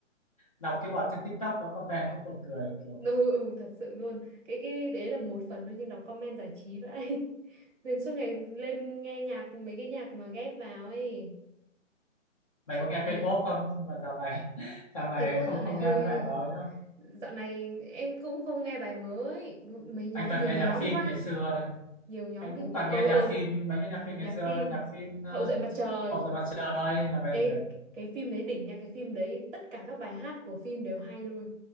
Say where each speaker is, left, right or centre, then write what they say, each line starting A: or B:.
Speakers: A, on the left; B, on the right.
A: đọc cái bọn trên TikTok nó comment cũng buồn cười kiểu
B: ừ, ừ thật sự luôn cái cái đấy là một phần thôi nhưng đọc comment giải trí vậy <laughs> nên suốt ngày lên nghe nhạc mấy cái nhạc mà ghép vào ấy
A: mày có nghe
B: Bệ-
A: K-pop không nhưng mà dạo này <laughs> dạo này
B: cái
A: anh
B: pop
A: không
B: dạo này
A: không
B: hơi
A: nghe mấy bài mới nữa
B: dạo này em cũng không nghe bài mới mấy nhóm
A: anh toàn
B: nhiều
A: nghe nhạc
B: nhóm
A: phim
B: quá
A: ngày xưa đây
B: nhiều nhóm
A: anh
B: kinh
A: cũng
B: khủng
A: toàn
B: ờ
A: nghe nhạc
B: ờ
A: phim mấy cái nhạc phim
B: nhạc
A: ngày xưa
B: phim
A: thôi nhạc phim ờ,
B: Hậu duệ mặt trời
A: Hậu duệ mặt trời là bài
B: ê
A: gì đấy
B: cái phim đấy đỉnh nha cái phim đấy tất cả các bài hát của phim đều hay luôn